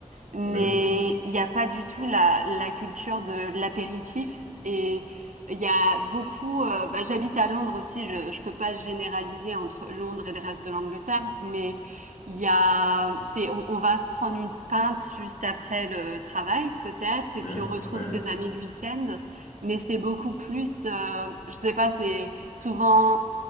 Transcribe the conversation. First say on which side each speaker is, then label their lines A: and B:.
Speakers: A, on the right; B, on the left.
A: mais
B: Oui,
A: il n'y a pas du tout la, la culture de l'apéritif. Et il y a beaucoup... euh, bah, j'habite à Londres aussi, je je peux pas généraliser entre Londres et le reste de l'Angleterre, mais il y a... c'est, on, on va se prendre une pinte juste après le travail, peut-être, et
B: oui,
A: puis on retrouve
B: oui.
A: ses amis le week-end. Mais c'est beaucoup plus... euh, je sais pas, c'est souvent